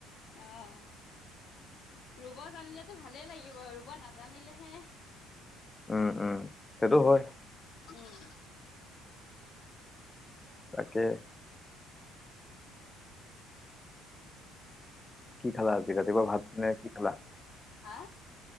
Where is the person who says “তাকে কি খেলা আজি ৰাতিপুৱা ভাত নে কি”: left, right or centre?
Left